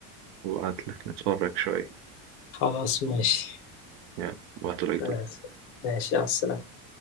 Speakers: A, on the right (about 75°); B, on the left (about 55°).
A: وقعدت لك نتفرج شوية
B: خلاص ماشي
A: يعني وقت قليل
B: ماشي ماشي، على السلامه